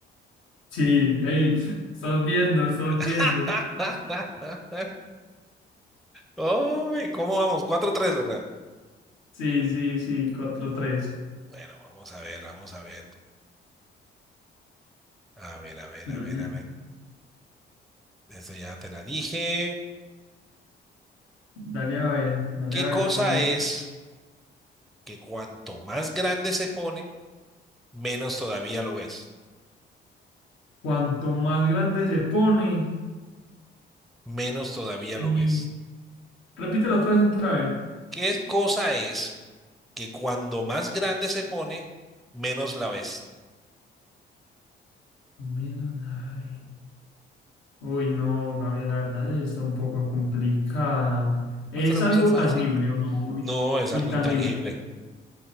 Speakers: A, on the left; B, in the centre.
A: Sí, hey, estás viendo, estás
B: <laughs>
A: viendo.
B: Hombre, ¿cómo vamos? 4-3, ¿verdad?
A: Sí, sí, sí, Cuatro tres.
B: Bueno, vamos a ver, vamos a ver. A ver, a ver,
A: Dale,
B: a ver, a ver. Esto ya te la dije.
A: dale a ver, dale
B: ¿Qué
A: a ver,
B: cosa
A: pa.
B: es que cuanto más grande se pone, menos todavía lo ves?
A: Cuanto más grande se pone,
B: Menos todavía
A: eh,
B: lo ves.
A: repítelo otra vez entra a ver.
B: ¿Qué cosa es que cuando más grande se pone, menos la ves?
A: Menos nave. Uy, no, Gabriel, la verdad sí está un poco complicada. ¿Es
B: No te la
A: algo
B: puse fácil.
A: tangible o no? Uy,
B: No, es
A: o
B: algo
A: intangible.
B: intangible.